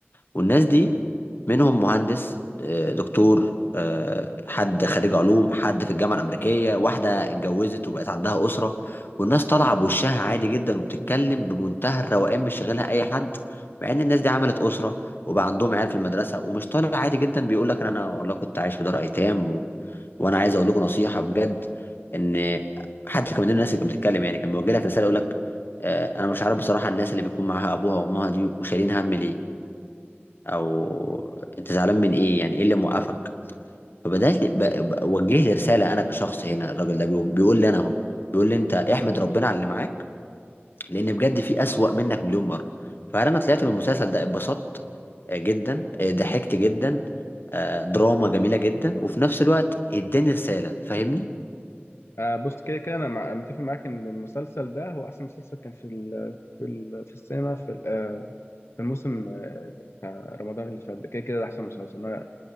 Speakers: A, on the left; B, on the left.
A: والناس دي منهم مهندس آه، دكتور آه، حد خريج علوم حد في الجامعة الأمريكية واحدة اتجوزت وبقت عندها أسرة والناس طالعة بوشها عادي جدا وبتتكلم بمنتهى الروقان مش شاغلها أي حد مع إن الناس دي عملت أسرة وبقى عندهم عيال في المدرسة ومش طالع عادي جدا بيقول لك أنا والله كنت عايش في دار أيتام و... وأنا عايز أقول لكم نصيحة بجد إن حتى كمان الناس اللي كانت بتتكلم يعني كان بيوجه لك رسالة يقول لك آه، أنا مش عارف بصراحة الناس اللي بيكون معاها أبوها وأمها دي وشايلين هم ليه او انت زعلان من ايه يعني ايه اللي موقفك فبدات ب- ب- وجه لي رساله انا كشخص هنا الراجل ده بيقول بيقول لي انا اهو بيقول لي انت احمد ربنا على اللي معاك لان بجد في اسوأ منك مليون مره فانا طلعت من المسلسل ده اتبسطت آه، جدا آه، ضحكت جدا آه، دراما جميله جدا وفي نفس الوقت اداني رساله فاهمني
B: آه بص كده كده انا مع... متفق معاك ان المسلسل ده هو احسن مسلسل كان في ال... في ال... في السينما في ال... آه في الموسم آه بتاع رمضان اللي فات ده كده كده ده احسن مسلسل انا